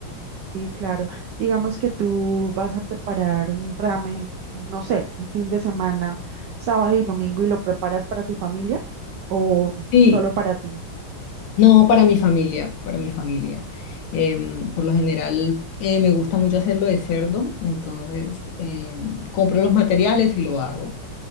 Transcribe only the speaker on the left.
Sí,
no, para mi familia, para mi familia. Em, por lo general, eh, me gusta mucho hacerlo de cerdo, entonces em, compro los materiales y lo hago.